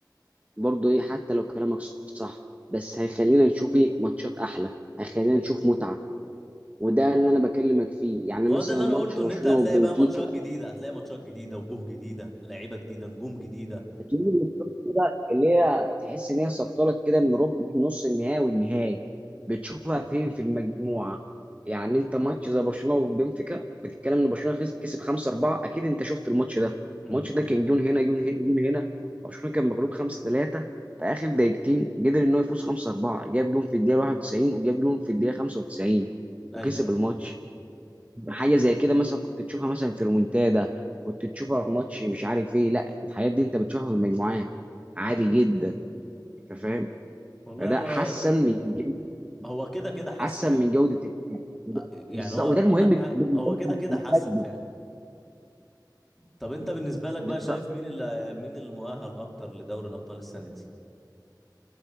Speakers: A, on the right (about 20°); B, in the centre.
A: برضه ايه حتى لو كلامك صح بس هيخلينا نشوف ايه ماتشات احلى هيخلينا نشوف متعه وده اللي انا بكلمك فيه يعني
B: ما هو
A: مثلا
B: ده اللي
A: ماتش
B: انا قلته
A: برشلونه
B: ان انت هتلاقي
A: وبنفيكا
B: بقى ماتشات جديده هتلاقي ماتشات جديده وجوه جديده لعيبه جديده نجوم جديده
A: بتيجي من الشوط كده اللي هي تحس ان هي سقطلك كده من ربع من نص النهائي والنهائي بتشوفها فين في المجموعه يعني انت ماتش زي برشلونه وبنفيكا بتتكلم ان برشلونه خس- كسب 5 4 اكيد انت شفت الماتش ده
B: امم
A: الماتش ده كان جون هنا جون هنا جون هنا برشلونه كان مغلوب 5 3 في اخر دقيقتين قدر ان هو يفوز 5 4 جاب جون في الدقيقه 91 وجاب جون في الدقيقه 95
B: ايوه
A: وكسب
B: ايوه
A: الماتش حاجه زي كده مثلا كنت تشوفها مثلا في رومنتادا كنت تشوفها في ماتش مش عارف ايه لا الحاجات دي انت بتشوفها في المجموعات عادي جدا انت فاهم
B: والله
A: فده
B: هو
A: حسن من جودة
B: هو كده كده حسن
A: حسن من جودة اللعب وده-
B: أ- يعني
A: بالظبط
B: هو
A: <laughs> وده المهم
B: انا
A: بالنسبة
B: معاك هو
A: لي
B: كده كده
A: كمشجع
B: حسن فعلا طب انت بالنسبه لك
A: بالظبط
B: بقى شايف مين اللي مين اللي مؤهل اكتر لدوري الابطال السنه دي